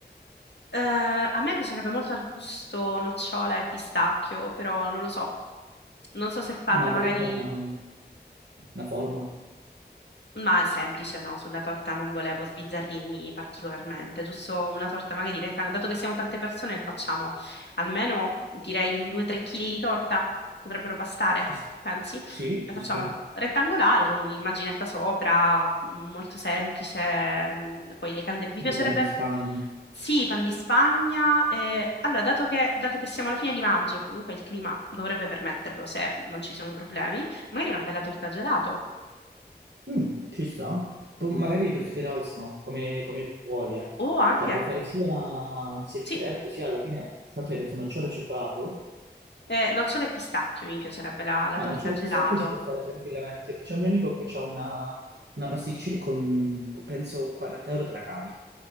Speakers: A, on the left; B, on the right.
A: Eh, a me piacerebbe molto al gusto nocciola e pistacchio, però non lo so. Non so se farla,
B: Ma
A: magari
B: volevi fare una, una forma?
A: Ma è semplice, no? Sulla torta non volevo sbizzarrirmi particolarmente, giusto una torta magari retta, dato che siamo tante persone, ne facciamo almeno direi un 2-3 kg di torta, potrebbero bastare,
B: Ci-
A: pensi?
B: sì,
A: La
B: ci
A: facciamo
B: sta.
A: rettangolare con un'immaginetta sopra, molto semplice, mm, poi le candele. Mi
B: Tipo
A: piacerebbe,
B: pan di Spagna.
A: sì, pan di Spagna. eh, Allora, dato che, dato che siamo alla fine di maggio e comunque il clima dovrebbe permetterlo se non ci sono problemi, magari una bella torta a gelato
B: Mm, ci sta. Poi magari per Fitter House no, come, come vuoi, eh.
A: o anche
B: Cioè, puoi fare sia un semifreddo,
A: Sì,
B: sia alla fine, tanto hai detto nocciole e cioccolato.
A: eh, nocciole e pistacchio, mi piacerebbe la, la
B: Beh,
A: torta
B: nocciole
A: gelato.
B: e pistacchio si può fare tranquillamente. C'è un mio amico che ha una, una pasticceria con, penso, un 40 euro te la cavi,